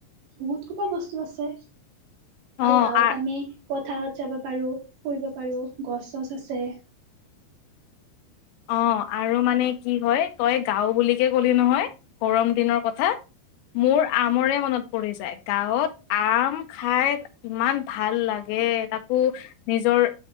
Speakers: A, on the right (about 75°); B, on the left (about 80°).
A: বহুত সোপা বস্তু আছে। আল
B: অ
A: গাঁৱত
B: আ
A: আমি পথাৰত যাব পাৰো ফুৰিব পাৰো গছ চছ আছে
B: অ' আৰু মানে কি হয় তই গাঁও বুলিকে ক'লি নহয় গৰম দিনৰ কথা মোৰ আমৰে মনত পৰি যায় গাঁৱত আম খাই ইমান ভাল লাগে। তাকো নিজৰ